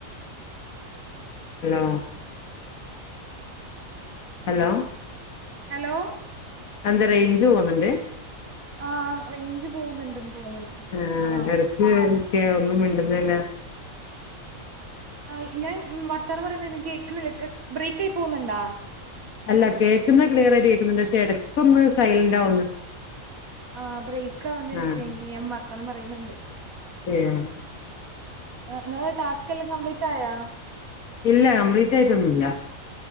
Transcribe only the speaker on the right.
ഹലോ
ആഹ് റേയ്ഞ്ച് പോകുന്നുണ്ടെന്ന് തോന്നണ്
ആ
ആയ് ഞാൻ വർത്താനം പറയുന്നത് എനി കേക്കുന്നില്ല ക് ബ്രേയ്ക്കാ യി പോകുന്നുണ്ടോ?
ആ ബ്രയ്ക്കാ ആവുന്നതരിക്കും
എങ്കി ഞാൻ വർത്തനം പറയുന്നുണ്ട്
ആഹ് ഇങ്ങളെ ടാസ്കെല്ലാം കംപ്ലീറ്റായാ